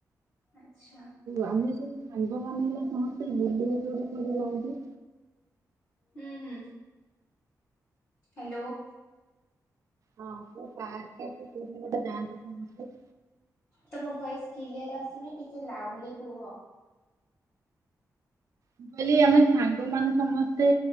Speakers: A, on the left; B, on the right.
A: ଆଚ୍ଛା।
B: ଆମେ ସବୁ ସାଙ୍ଗମାନେ ହେଲା ସମସ୍ତେ ବୁଲିବାକୁ ଗୋଟେ ଯାଆନ୍ତେ।
A: ହୁଁ ହୁଁ, ହ୍ୟାଲୋ।
B: ହଁ, କୋଉ ପାର୍କ କି କୋଉଠି କି ଗୋଟେ ଯାଆନ୍ତେ ସମସ୍ତେ।
A: ତମ ମେସର କିଲିଯର୍ ଆସୁନି ଟିକେ ଲାଉଡ୍ଲି କୁହ।
B: ମୁଁ କହିଲି ଆମେ ସାଙ୍ଗମାନେ ସମସ୍ତେ